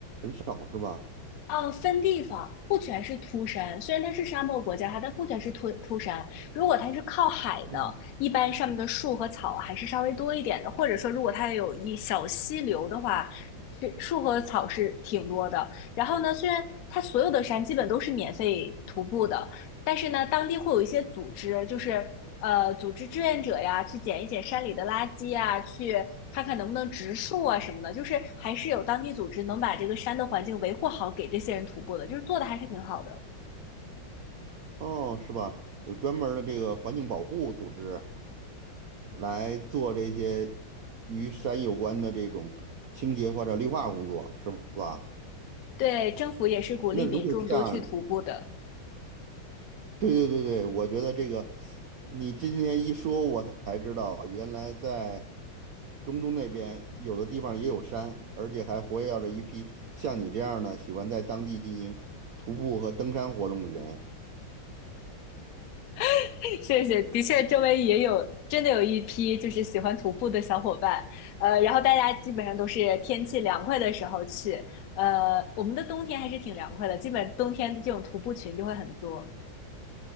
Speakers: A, on the right; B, on the left.
A: 少是吧？
B: 嗯，分地方，不全是秃山。虽然它是沙漠国家，它但不全是秃秃山。如果它是靠海的，
A: 嗯。
B: 一般上面的树和草还是稍微多一点的，或者说如果它有一小溪流的话，是树和草是挺多的。然后呢，虽然它所有的山基本都是免费徒步的，但是呢，当地会有一些组织，就是呃，组织志愿者呀，去捡一捡山里的垃圾啊，去看看能不能植树啊什么的，就是还是有当地组织能把这个山的环境维护好，给这些人徒步的，就是做的还是挺好的。
A: 哦，是吧？有专门儿的这个环境保护组织来做这些与山有关的这种清洁或者绿化工作，是吧？
B: 对，政府也是鼓励民众多去徒步的。
A: 那如果这样儿对对对对，我觉得这个你今天一说，我才知道原来在中东那边有的地方也有山，而且还活跃着一批像你这样的喜欢在当地进行徒步和登山活动的人。
B: <laughs> 谢谢，的确，周围也有真的有一批就是喜欢徒步的小伙伴，呃，然后大家基本上都是天气凉快的时候去，呃，我们的冬天还是挺凉快的，基本冬天这种徒步群就会很多。